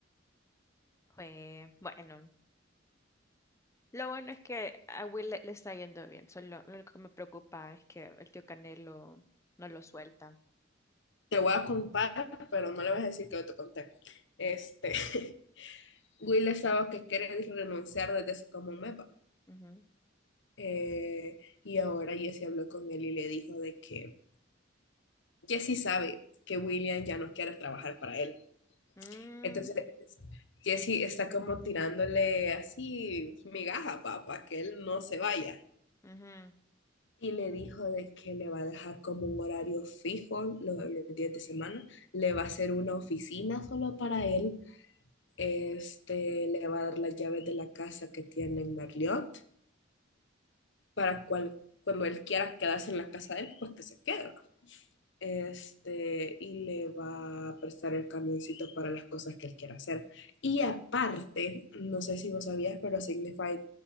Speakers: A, on the left (about 15°); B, on the left (about 65°).
A: fue bueno. Lo bueno es que a Will le, le está yendo bien. Solo lo único que me preocupa es que el tío Canelo no lo suelta.
B: Te voy a contar, pero no le vas a decir que yo te conté. Este, <laughs> Will estaba que quiere renunciar desde hace como un mes.
A: Ujú.
B: Eh, y ahora Jesse habló con él y le dijo de que Jesse sabe que William ya no quiere trabajar para él.
A: Mm,
B: Entonces, Jesse está como tirándole así migaja para que él no se vaya.
A: ujú.
B: Y le dijo de que le va a dejar como un horario fijo lo- los, días de semana, le va a hacer una oficina solo para él, este, le va a dar las llaves de la casa que tiene en Marriott para cual, cuando él quiera quedarse en la casa de él, pues que se quede. este, y le va a prestar el camioncito para las cosas que él quiera hacer. Y aparte, no sé si vos sabías, pero Signify